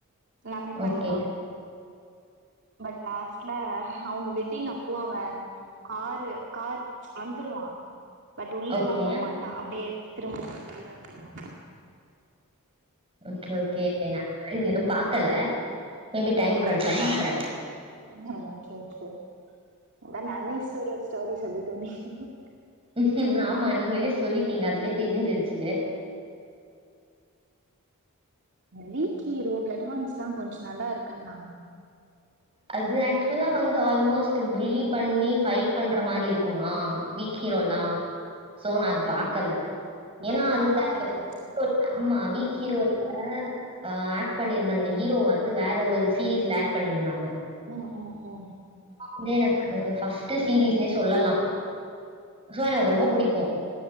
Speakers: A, on the right; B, on the right.
A: எல்லாமே
B: ஓகே.
A: பண்ணுவா பட் லாஸ்ட்ல அவங்க வெட்டிங் அப்போ அவ காரு கார் வந்துருவா பட் உள்ளலா
B: ஓகே.
A: போமாட்டா அப்டே திருப்பவு வெளிய வந்துருவா
B: ஓகே ஓகே நா இது எதுவு பக்கல மே பி டைம் கெடசா பாக்ற
A: ம் ஒகே ஒகே நா நவி சிரியஸ் ஸ்டோரி சொல்லிட்டுருந்தே
B: ம்ஹூம் ஆமா நீங்களே சொல்லிட்டீங்க அதுலே தெரிஞ்சிருச்சு
A: வீக் ஹீரோ, ப்ளட் ஹார்ன்ஸ்லா கொஞ்சோ நல்லாருக்குன்னாங்க
B: அது ஆக்சுவலா வந்து ஆல்மோஸ்ட் புல்லி பண்ணி ஃபைட் பண்ற மாரி இருக்குமா வீக்கி
A: ஆ
B: ரோல்லா சோ நா அது பாக்கல
A: பட்
B: ஏன்னா அதுல
A: நல்லா
B: இந்த
A: இருக்கு
B: ரோல்ல ஆமா வீக்கிரோல்ல ஆ ஆக்ட் பண்ணியிருந்தா அந்த ஹீரோ வந்து வேற ஒரு சீரீஸ்ல ஆக்ட் பண்ணிருந்தாங்க
A: ம் ம் ம்
B: இது எனக்கு ஃபஸ்ட்டு சீரீஸ்னே சொல்லலா சோ எனக்கு ரொம்போ புடிக்கு